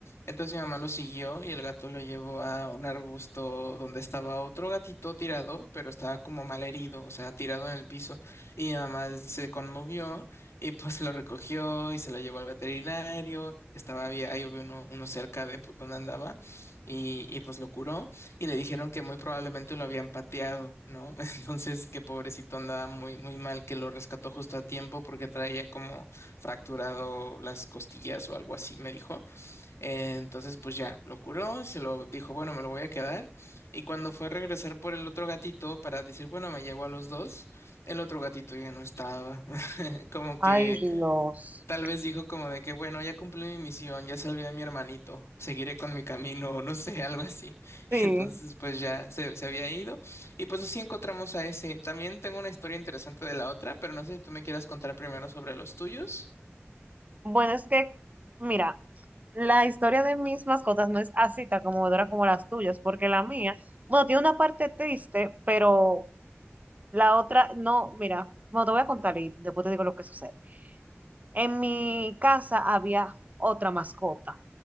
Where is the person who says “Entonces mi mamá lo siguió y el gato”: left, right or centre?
Left